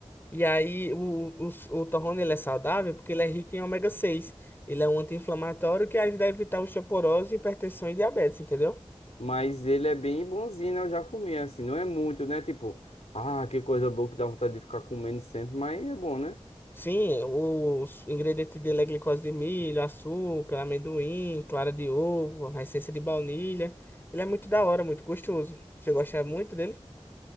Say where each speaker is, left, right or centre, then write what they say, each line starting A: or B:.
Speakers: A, on the left; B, on the left.
A: E aí o, o, s- o torrano ele é saudável porque ele é rico em ômega seis, Ele é um anti-inflamatório que ajuda a evitar osteoporose, hipertensão e diabetes, entendeu?
B: Mas ele é bem bonzinho, né? Eu já comi, assim. Não é muito, né? Tipo, ah, que coisa boa que dá vontade de ficar comendo sempre, mas é bom, né?
A: Sim, os ingredientes dele é glicose de milho, açúcar, amendoim, clara de ovo, a essência de baunilha. Ele é muito da hora, muito gostoso. Você gosta muito dele?